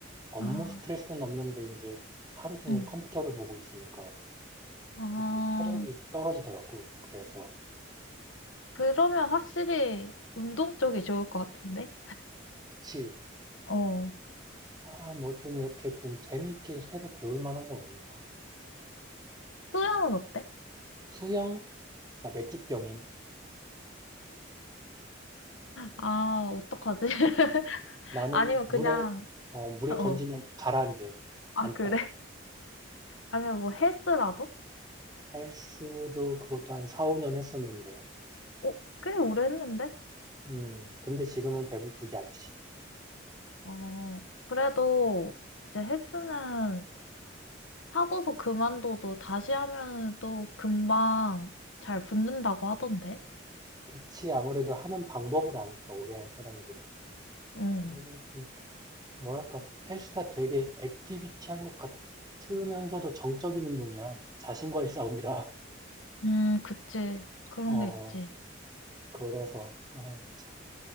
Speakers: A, on the right (about 20°); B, on the left (about 80°).
A: 업무
B: 아,
A: 스트레스는 없는데 이제 하루 종일
B: 응.
A: 컴퓨터를 보고 있으니까
B: 아,
A: 조금 체력이 떨어지더라고. 그래서,
B: 그러면 확실히 운동 쪽이 좋을 것 같은데?
A: 그치.
B: 어,
A: 아, 뭐 좀 이렇게 좀 재미있게 새로 배울 만한 거 없나?
B: 수영은 어때?
A: 수영? 나 맥주병임.
B: 아, 어떡하지? <laughs>
A: 나는
B: 아니면
A: 물에
B: 그냥,
A: 어, 물에
B: 어,
A: 던지면 가라앉음.
B: 아,
A: 안
B: 그래?
A: 떠.
B: 아니면 뭐 헬스라도?
A: 헬스도 그것도 한 4, 5년 했었는데.
B: 어, 꽤 오래 했는데?
A: 음, 근데 지금은 배불뚝이 아저씨지.
B: 어, 그래도 이제 헬스는 하고서 그만둬도 다시 하면 또 금방 잘 붙는다고 하던데.
A: 그치, 아무래도 하는 방법을 아니까, 오래 한 사람들은.
B: 응.
A: 근데 좀, 뭐랄까, 헬스가 되게 액티비티한 것 같으면서도 정적인 운동이야. 자신과의 싸움이라.
B: 음, 그치. 그런
A: 어,
B: 게 있지.
A: 그래서, 아이, 참,